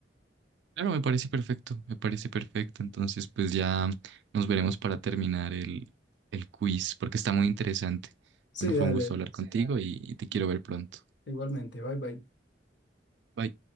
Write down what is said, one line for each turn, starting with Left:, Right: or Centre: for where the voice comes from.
Right: Claro, me parece perfecto, me parece perfecto. Entonces, pues ya nos veremos para terminar el, el quiz, porque está muy interesante.
Left: Sí,
Right: Bueno, fue
Left: dale.
Right: un gusto hablar Sí, contigo y, y te quiero ver pronto.
Left: Igualmente. Bye bye.
Right: Bye.